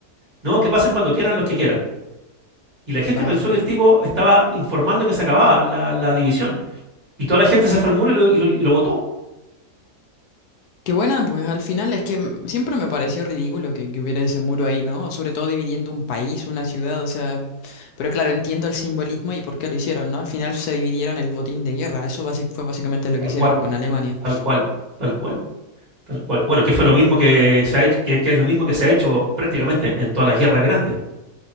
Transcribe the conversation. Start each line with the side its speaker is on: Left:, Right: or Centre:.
Right: no, que pasen cuando quieran los que quieran. Y la gente
Left: Vaya.
Right: pensó que el tipo estaba informando que se acababa la, la división. Y toda la gente se fue al muro y lo, y lo- y lo votó.
Left: Qué buena, pues al final es que m- siempre me pareció ridículo que, que hubiera ese muro ahí, ¿no? Sobre todo dividiendo un país, una ciudad, o sea, pero claro, entiendo el simbolismo y por qué lo hicieron, ¿no? Al final se dividieron el botín de guerra, eso basi- fue básicamente lo
Right: Tal
Left: que hicieron
Right: cual,
Left: con Alemania.
Right: tal cual, tal cual. Tal cual. Bueno, que fue lo mismo que se ha hecho, que, que es lo mismo que se ha hecho prácticamente en todas las guerras grandes.